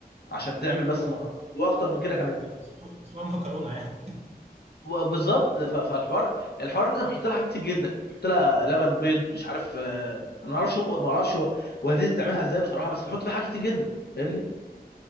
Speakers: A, on the left; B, on the right.
A: عشان تعمل بس
B: اه
A: المكرونه واكتر من كده كمان
B: اسمه- اسمها مكرونه يعني
A: بالظبط ف- فالحوار الحوار ان انت بتحط لها حاجات كتير جدا بتحط لها لبن بيض مش عارف آه، انا ما اعرفش ما اعرفش هو- والدتي بتعملها ازاي بصراحه بس بتحط فيها حاجات كتير جدا فاهمني